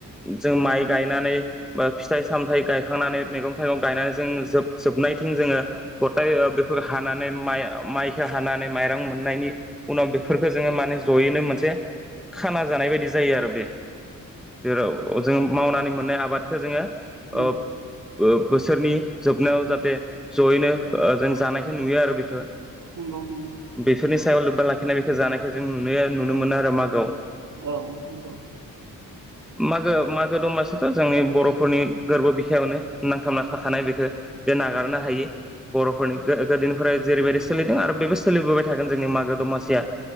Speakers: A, in the centre; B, on the right (about 65°).
A: जों माइ गायनानै बा फिथाइ सामथ गायखांनानै मैगं थाइगं गायनानै जों जोब जोबनाय थिं जोङो गथाय बेफोरखौ हानानै माइ माइखौ हानानै माइरं मोननायनि उनाव बेफोरखौ जोङो माने जयैनो मोनसे खाना जानाय बायदि जायो आरो बे जिराव जोङो मावनानै मोननाय आबादखौ जोङो आ
B: नंगौ
A: बो बोसोरनि जोबनायाव जाहाथे सयैनो ओ जों जानाय नुयो आरो बेखौ
B: नंगौ नंगौ
A: बेफोरनि सा सायाव लोब्बा लाखिनाय बेखौ जानायखौ जों नुनो नु मोनो आरो मागोआव।
B: औ नंगौ।
A: माग म दमासिथ' जोंनि बर'फोरनि गोरबो बिखायायावानो नांथाबना थाखानाय बेखौ बे नागारनो हायो हायो बर'फोरनि गो गोदोनिफ्राय जेरैबायदि सोलिदों आरो बेबो सोलिबोबाय थागोन जोंनि मागो दमासिया